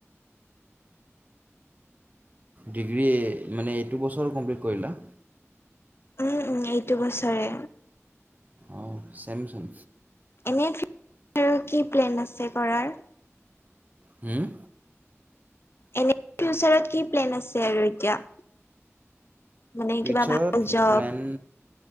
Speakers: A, on the right; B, on the left.
A: ডিগ্ৰী মানে এইটো বছৰ কমপ্লিট কৰিলা
B: উম উম এইটো বছৰে
A: অঁ চেমচোন।
B: এনে কি প্লেন আছে কৰাৰ
A: হুমও
B: এনে ফিউচাৰত কি প্লেন আছে আৰু এতিয়া মানে
A: ফিউচাৰত
B: কিবা ভাল জব
A: প্লেন